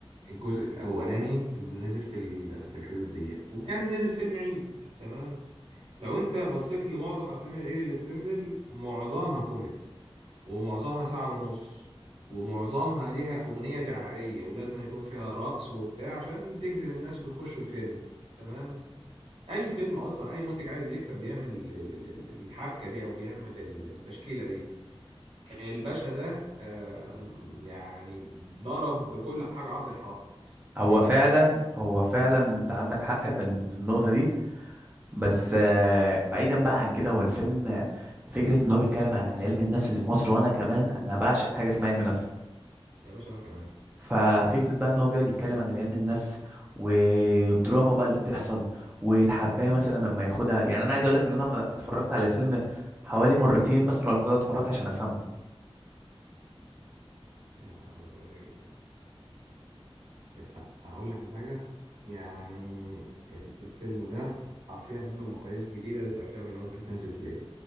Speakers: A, on the right; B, on the right.
A: الجزء الأولاني نزل في ال- في الحدود دي وكان نزل فيلم عيد تمام لو انت بصيت لمعظم افلام العيد اللي بتنزل معظمها كوميدي ومعظمها ساعة ونص ومعظمها ليها اغنية دعائية ولازم يكون فيها رقص وبتاع عشان تجذب الناس ويخشوا الفيلم تمام اي فيلم اصلا اي منتج عايز يكسب بيعمل ال- ال- ال- ال- الحبكة دي او بيعمل ال- التشكيلة دي الباشا ده آم، يعني ضرب بكل حاجة عرض الحائط
B: هو
A: اما يقول
B: فعلا
A: لك لا
B: هو فعلا انت عندك حق في, ال- في النقطه دي بس آه، بعيدا بقى عن كده هو الفيلم فكره ان هو بيتكلم عن علم النفس اللي في مصر وانا كمان انا بعشق حاجه اسمها علم نفس
A: يا باشا انا كمان
B: ففكرة بقى ان هو بيقعد يتكلم عن علم النفس والدراما بقى اللي بتحصل والحباية مثلا لما ياخدها يعني انا عايز اقول لك ان انا لما اتفرجت على الفيلم حوالي مرتين مثلا ولا ثلاث مرات عشان افهمه
A: يا نهار ابيض يا جدعان ف- اقول لك على حاجه يعني ال- الفيلم ده حرفيا عمل مقاييس جديده للافلام اللي ممكن تنزل في العيد